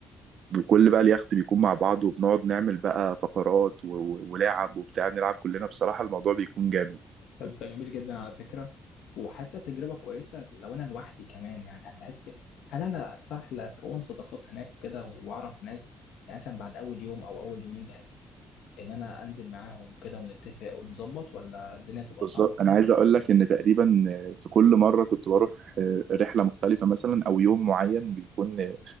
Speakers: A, on the right; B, on the left.
A: وكل بقى اليخت بيكون مع بعض وبنقعد نعمل بقى فقرات و- و- ولعب وبتاع نلعب كلنا بصراحة الموضوع بيكون جامد
B: طب ده جميل جدا على فكره وحاسه تجربه كويسه لو انا لوحدي كمان يعني هتحس هل انا صح لكون صداقات هناك وكده واعرف ناس يعني مثلا بعد اول يوم او اول يومين بحس ان انا انزل معاهم وكده ونتفق ونظبط ولا الدنيا بتبقى
A: بالظبط
B: صعبه
A: انا
B: شوية؟
A: عايز اقول لك ان تقريبا في كل مره كنت بروح رحله مختلفه مثلا او يوم معين بيكون